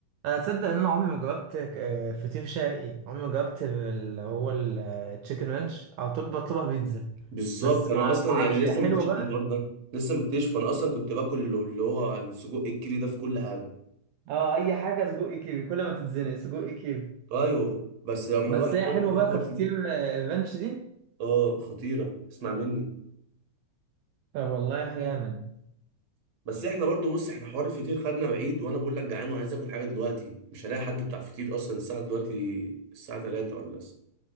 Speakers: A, on the right; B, on the right.
A: أنا تصدق إن أنا عمري ما جربت آه، فطير شرقي عمري ما جربت اللي هو التشيكن رانش على طول بطلبها بيتزا
B: بالظبط
A: بس ما
B: انا اصلا
A: ما أعرفش
B: يعني لسه
A: هي حلوة
B: مكتشف
A: بقى
B: الحوار ده لسه مكتشف انا اصلا كنت باكل اللي هو السجق الكيري ده في كل حاجه
A: اه أي حاجة سجق كيري كل ما تتزنق سجق كيري
B: ايوه بس لما
A: بس
B: الواحد
A: هي
B: جرب
A: حلوة
B: بقى
A: بقى
B: حوار
A: كفطير
B: جديد
A: آه، الرانش دي
B: اه خطيره اسمع مني
A: طب والله جامد
B: بس احنا برضو بص احنا حوار الفطير خدنا بعيد وانا بقول لك جعان وعايز اكل حاجه دلوقتي مش هلاقي حد بتاع فطير اصلا الساعه دلوقتي الساعه 3 ولا الس-